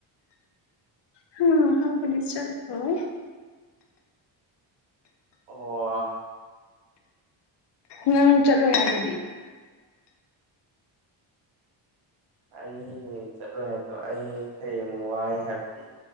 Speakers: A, on the left; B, on the right.
A: ꯍ ꯑꯍꯥꯎꯕꯗꯤ ꯆꯠꯂ‌ꯣꯏ꯫
B: ꯑꯣ꯫
A: ꯅꯪ ꯆꯠꯂꯣꯏ ꯍꯥꯏꯗꯨꯗꯤ꯫
B: ꯑꯩ ꯆꯠꯂꯣꯏ ꯍꯥꯏꯕꯗꯣ ꯑꯩ ꯍꯌꯦꯡ ꯋꯥꯏ ꯍꯥꯏꯕꯗꯤ